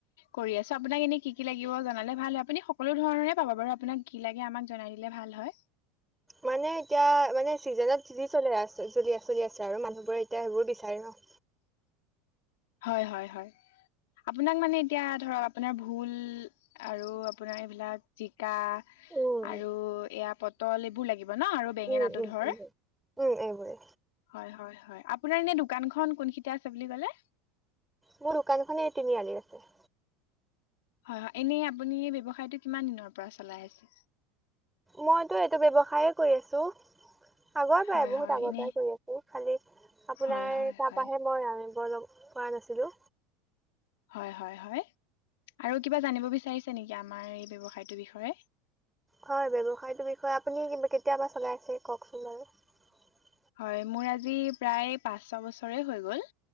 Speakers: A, on the left (about 80°); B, in the centre.
A: কৰি আছো আপোনাক এনে কি কি লাগিব জনালে ভাল হয় আপুনি সকলো ধৰণৰ সিমানে পাব বাৰু আপোনাক
B: মানে এতিয়া মানে চিজনত যি যি চলে চলি আছে আৰু মানুহবোৰে এতিয়া সেইবোৰ বিচাৰে ন
A: হয়-হয়-হয় আপোনাক মানে এতিয়া ধৰক আপোনাৰ ভোল আৰু আপোনাৰ এইবিলাক জিকা জিকা
B: উম
A: আৰু এয়া পটল এইবোৰ লাগিব ন আৰু বেঙেনাটো
B: উম উম
A: ধৰ
B: উম উম উম এইবোৰে
A: হয়-হয়-হয় আপ আপোনাৰ এনে দোকানখন কোন কেইটা আছে বুলি কলে?
B: মোৰ দুকানখনেই তিনিআলিত আছে।
A: হয় হয় এনেই আপুনি ব্যৱসায়টো কিমান দিনৰ পৰা চলাই আছে?
B: মইতো এইটো ব্যৱসায়ে কৰি আছোঁ। আগৰ পৰাই
A: হয়
B: বহুত
A: হয়
B: আগৰ
A: এনে
B: পৰাই কৰি আছো খালি আপোনাৰ
A: হয় হয়
B: তাৰ
A: হয়
B: পৰাহে মই নাই। মই লগ কৰা নাছিলো।
A: হয় হয় হয়। আৰু কিবা জানিব বিচাৰিছে নেকি আমাৰ এই ব্যৱসায়টোৰ বিষয়ে?
B: হয় ব্যৱসায়টোৰ বিষয়ে আপুনি কেতিয়াৰ পৰা চলাই আছে কওকচোন বাৰু।
A: হয়, মোৰ আজি প্ৰায় পাঁচ ছয় বছৰে হৈ গ'ল।